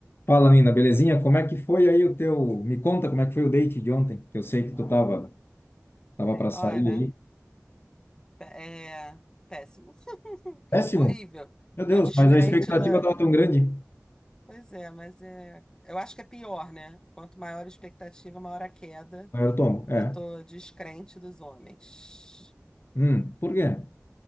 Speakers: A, on the left; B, on the left.
A: Fala, Nina, belezinha? Como é que foi aí o teu. Me conta como é que foi o date de ontem, que eu sei que tu tava, tava para sair
B: Olha,
A: aí.
B: pé- é péssimo. <laughs>
A: Péssimo!
B: Horrível.
A: Meu Deus,
B: Tô descrente
A: mas a expectativa
B: da.
A: tava tão grande.
B: Pois é, mas é. Eu acho que é pior, né? Quanto maior a expectativa, maior a queda.
A: Maior tomo, é.
B: Eu tô descrente dos homens.
A: Hum, por quê?